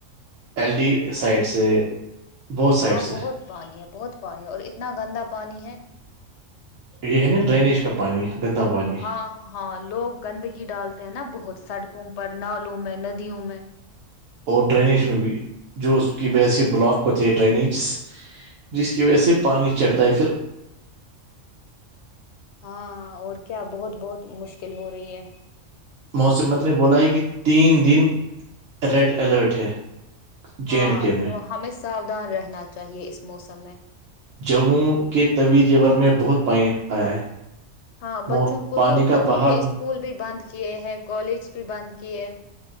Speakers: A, on the right; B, on the left.
A: ایل ڈی سائڈ سے بہت سائڈ
B: ہاں
A: سے
B: بہت پانی ہے بہت پانی ہے اور اتنا گندا پانی ہے
A: یہ ہے نا ڈرینییج کا پانی گندا پانی
B: ہاں ہاں لوگ گندگی ڈالتے ہیں نا بہت سڑکوں پر نالوں میں ندیوں میں
A: اور ڈرینیج میں بھی جو اس کی وجہ سے بلاک ہوتے ہیں ڈرینیج جس کی وجہ سے پانی چڑھتا ہے پھر
B: ہاں اور کیا بہت بہت مشکل ہو رہی ہے
A: موسمتر نے بولا ہے کہ تین دن ریڈ الرٹ ہے
B: ہاں
A: جے اینڈ کے میں
B: تو ہمیں ساودھان رہنا چاہیے اس موسم میں
A: جموں کے طوی یور میں بہت پائیں آیا ہے
B: ہاں بچوں
A: مو-
B: کو
A: پانی
B: تو
A: کا
B: بچوں
A: بہاؤ
B: کے اسکول بھی بند کیے ہیں کالج بھی بند کیے